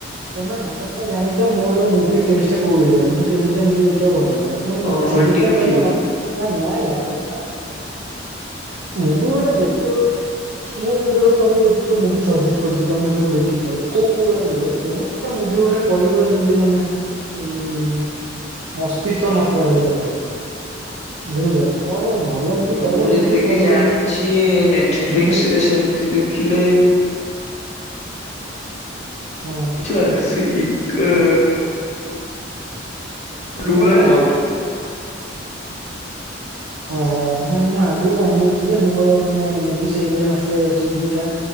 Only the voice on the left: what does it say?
କଣ
ରୋମାଣ୍ଟିକ
ଦେଖିବ।
ମୁଁ
ଯେତିକି
ଜାଣିଚି ନେଟଫ୍ଲିକ୍ସ
ରେ ସେମିତି ଦେଖିଲେ
ଛୁଆ ସି- ଇ-ଅ, ଡୁଏଲେ